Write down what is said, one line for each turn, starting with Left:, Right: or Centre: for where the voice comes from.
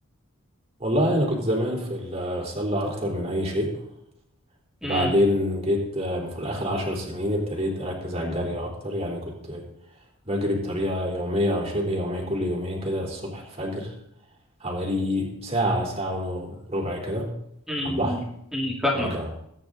Right: والله انا كنت زمان في السله اكتر من اي شيء
Centre: امم
Right: وبعدين جيت آه، في الاخر عشر سنين ابتديت اركز على الجري اكتر يعني كنت بجري بطريقه يوميه او شبه يوميه كل يومين كده الصبح الفجر حوالي ساعه ساعه وربع كده
Centre: امم
Right: على البحر
Centre: امم فاهمك
Right: وارجع